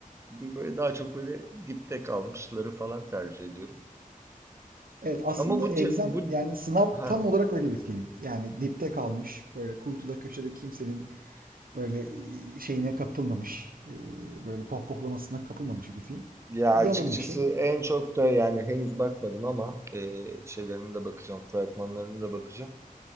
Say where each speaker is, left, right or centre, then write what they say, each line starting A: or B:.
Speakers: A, on the right; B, on the right.
A: Bir böyle daha çok böyle dipte kalmışları falan tercih ediyorum.
B: Evet aslında
A: Ama bu
B: Exam
A: ce- bu
B: yani sınav
A: ha
B: tam olarak öyle bir film. Yani dipte kalmış böyle kuytuda köşede kimsenin böyle şeyine kapılmamış e, böyle pohpohlamasına kapılmamış bir film.
A: ya
B: Yalın
A: açıkçası
B: bir şey.
A: en çok da yani henüz bakmadım ama e, şeylerine de bakacağım, fragmanlarına da bakacağım.